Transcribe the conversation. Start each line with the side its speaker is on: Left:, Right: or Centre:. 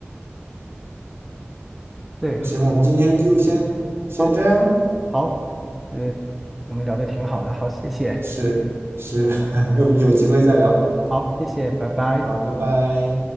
Centre: 对，
Right: 那行，我们今天就先先这样，
Centre: 好，好，呃，我们聊的挺好的，好，谢谢，
Right: 是是，<laughs> 我们有机会再聊。
Centre: 好，谢谢，拜拜。
Right: 好，拜拜。